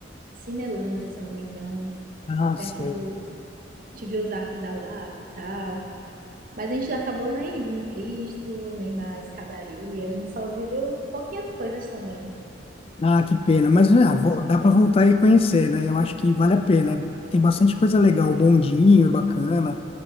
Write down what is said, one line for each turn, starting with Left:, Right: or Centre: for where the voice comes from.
Right: Cinelândia, se eu não me engano,
Left: ah Nossa.
Right: perto do... de ver os Arcos da Lapa e tal. Mas a gente acabou nem indo no Cristo, nem na escadaria. A gente só viu pouquinhas coisas também.
Left: Ah, que pena. Mas ah, vo- dá para voltar e conhecer, né? Eu acho que vale a pena. Tem bastante coisa legal. O bondinho é bacana.